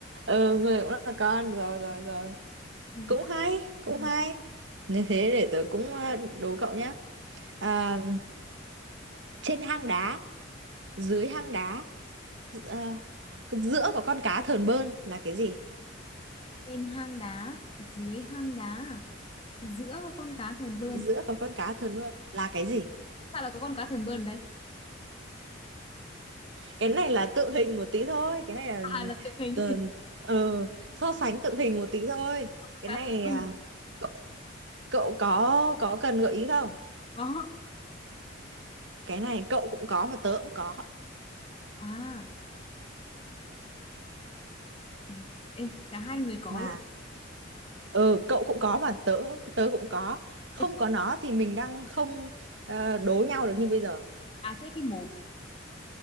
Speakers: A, on the right; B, on the left.
A: ừ người cũng là con rồi rồi rồi
B: Ừ,
A: cũng
B: con-
A: hay cũng hay như thế để tớ cũng à, đố cậu nhé Ờ, trên hang đá dưới hang đá ờ, giữa có con cá thờn bơn là cái gì
B: trên hang đá, dưới hang đá, à? giữa con cá thờn bơn
A: giữa có con cá thờn bơn là cái gì
B: sao lại có con cá thần bơn đấy <laughs>
A: cái này là tượng hình một tí thôi cái này là
B: à là tượng hình
A: ờ,
B: gì
A: ờ, so sánh tượng hình một tí thôi
B: Con
A: cái
B: cá
A: này
B: thần bơn
A: à, cậu, cậu có có cần gợi ý không
B: có
A: cái này cậu cũng có mà tớ cũng có
B: à ừ. ê cả hai người có
A: mà
B: luôn
A: ừ cậu cũng có mà tớ tớ cũng có không
B: ê,
A: có nó thì mình đang không ờ, đố nhau được như bây giờ
B: à thế cái mồm